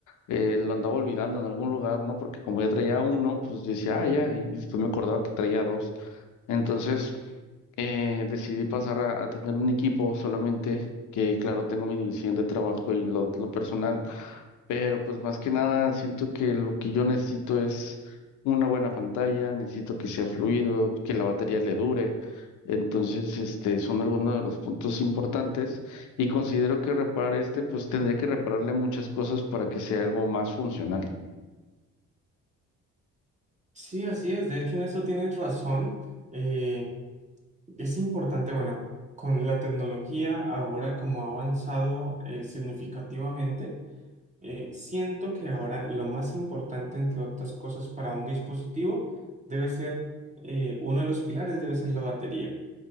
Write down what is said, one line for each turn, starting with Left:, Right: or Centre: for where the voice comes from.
Left: eh, lo andaba olvidando en algún lugar, ¿no? Porque como ya traía uno, pues yo decía, ah, ya, y después me acordaba que traía dos. Entonces eh, decidí pasar a, a tener un equipo solamente, que claro, tengo mi división de trabajo y lo, lo personal, pero pues más que nada siento que lo que yo necesito es una buena pantalla, necesito que sea fluido, que la batería le dure. Entonces, este, son algunos de los puntos importantes y considero que repare este, pues tendría que repararle muchas cosas para que sea algo más funcional.
Right: Sí, así es, de hecho en eso tienes razón. Eh, es importante, bueno, con la tecnología ahora como ha avanzado eh, significativamente, eh, siento que ahora lo más importante, entre otras cosas, para un dispositivo debe ser, eh, uno de los pilares debe ser la batería.